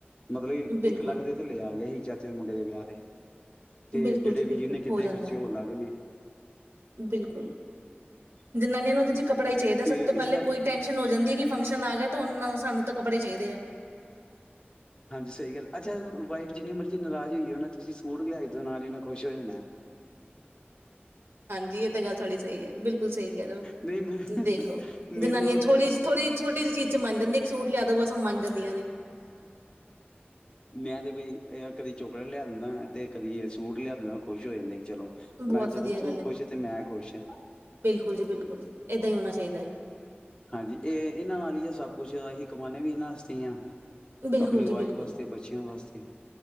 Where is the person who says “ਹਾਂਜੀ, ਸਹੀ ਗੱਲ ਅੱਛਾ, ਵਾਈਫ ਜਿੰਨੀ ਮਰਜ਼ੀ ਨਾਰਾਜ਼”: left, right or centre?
Left